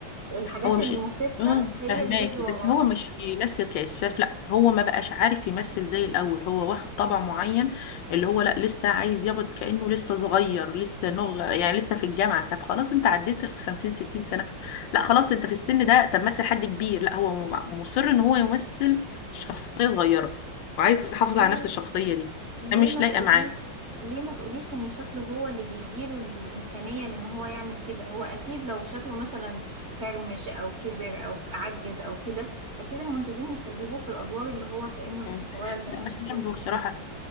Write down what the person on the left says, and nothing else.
هو مش
اس... اه
فهماكي
بس هو مش بيمثل كإسفاف لا هو ما بقاش عارف يمثل زي الأول هو واخد طبع معين اللي هو لا لسه عايز ياخد كأنه لسه صغير لسه نغ يعني لسه في الجامعة طب خلاص انت عديت ال 50 60 سنة لا خلاص انت في السن ده طب مثل حد كبير لا هو م- مصر ان هو يمثل شخصية صغيرة وعايز
يحافظ
على نفس الشخصية دي
ده مش
لايقة
معاه
مم.
لا
بس
برضه بصراحة